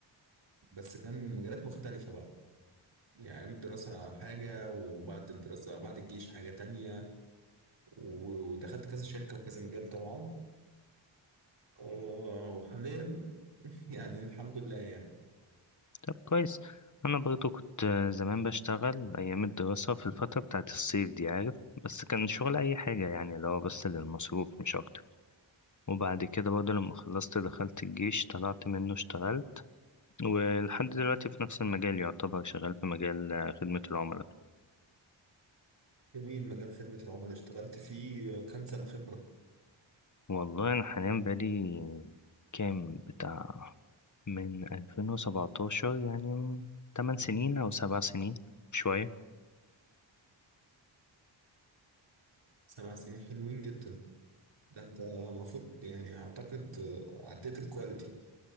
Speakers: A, on the right; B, on the left.
A: بس كان مجالات مختلفة بقى يعني أيام الدراسة حاجة وبعد الدراسة بعد الجيش حاجة تانية و- ودخلت كذا شركة وكذا مجال طبعا آه، وحاليا <laughs> يعني الحمد لله يعني
B: طب كويس انا برضو كنت آه، زمان بشتغل ايام الدراسة في الفترة بتاعت الصيف دي عارف بس كان شغل اي حاجة يعني اللي هو بس للمصروف مش اكتر وبعد كده برضو لما خلصت دخلت الجيش طلعت منه اشتغلت ولحد دلوقتي في نفس المجال يعتبر شغال في مجال آه، خدمة العملاء
A: جميل مجال خدمة العملاء اشتغلت فيه كام سنة خبرة
B: والله انا حاليا بقالي كام بتاع من 2017 يعني 8 سنين أو 7 سنين شوية
A: سبع سنين حلوين جدا ده انت المفروض يعني اعتقد عديت الكواليتي